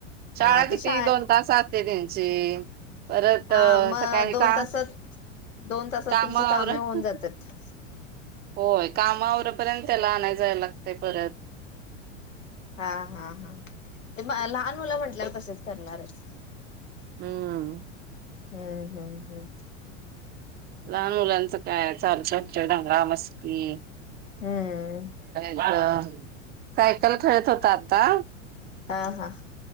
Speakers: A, on the right; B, on the left.
A: शाळा
B: हा
A: किती
B: तर शाळ
A: दोन तास आसते त्यांची. परत
B: हा
A: अ
B: मग
A: सकाळी
B: दोन
A: का
B: तासात दोन तासात
A: काम
B: तुमची
A: आवरत
B: कामे होऊन जातात
A: होय काम आवरे पर्यंत त्याला आणाया जायला लागतंय परत.
B: हां हां हां ते म लहान मुलं म्हंटल्यावर तशेच करणारच.
A: हम्म.
B: हम्म हम्म हम्म.
A: लहान मुलांचं काय चालूच राहत्यो दंगा मस्ती.
B: हम्म.
A: अ सायकल खेळत होता आत्ता.
B: हां हां.